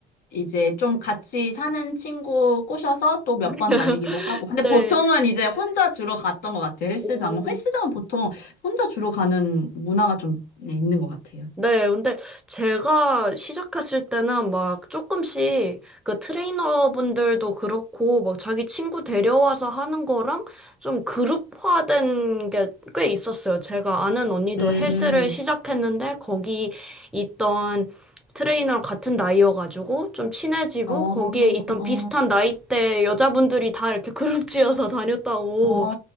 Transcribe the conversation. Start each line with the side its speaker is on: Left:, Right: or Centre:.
Left: 이제 좀 같이 사는 친구 꼬셔서 또 몇
Centre: <laughs>
Left: 번 다니기도 하고. 근데
Centre: 네.
Left: 보통은 이제 혼자 주로 갔던 것 같아요. 헬스장은.
Centre: 오.
Left: 헬스장은 보통 혼자 주로 가는 문화가 좀 네, 있는 것 같아요.
Centre: 네, 근데 제가 시작했을 때는 막 조금씩 그 트레이너분들도 그렇고 막 자기 친구 데려와서 하는 거랑 좀 그룹화된 게 꽤 있었어요. 제가 아는 언니도
Left: 음,
Centre: 헬스를 시작했는데 거기 있던 트레이너랑 같은 나이여가지고 좀 친해지고
Left: 어,
Centre: 거기에 있던
Left: 어,
Centre: 비슷한 나이대 여자분들이 다 이렇게 그룹 지어서 다녔다고.
Left: 어,